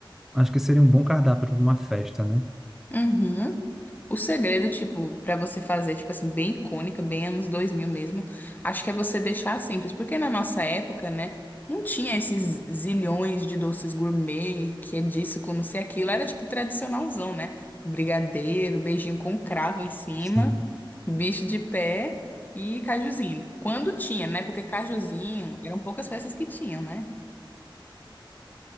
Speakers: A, in the centre; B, on the left.
A: acho que seria um bom cardápio para uma festa, né?
B: Uhum. O segredo, tipo, pra você fazer, tipo assim, bem icônica, bem anos 2000 mesmo, acho que é você deixar simples, porque na nossa época, né, não tinha esses zilhões de doces gourmet, que é disso, com não sei aquilo, era tipo tradicionalzão, né? Brigadeiro, beijinho com cravo em cima,
A: Sim.
B: bicho de pé e cajuzinho. Quando tinha, né? Porque cajuzinho, eram poucas peças que tinham, né?